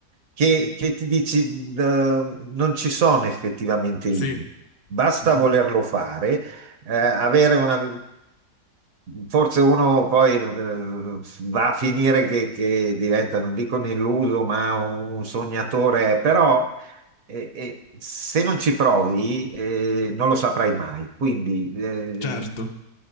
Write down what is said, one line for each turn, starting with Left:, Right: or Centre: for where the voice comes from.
Right: che, che ti dici, eh, non ci sono effettivamente
Left: Sì,
Right: limiti. Basta
Left: Mhm.
Right: volerlo fare, eh, avere una... Forse uno poi eh, va a finire che, che diventa, non dico un illuso, ma un sognatore, però eh, eh, se non ci provi eh, non lo saprai mai. Quindi eh,
Left: certo.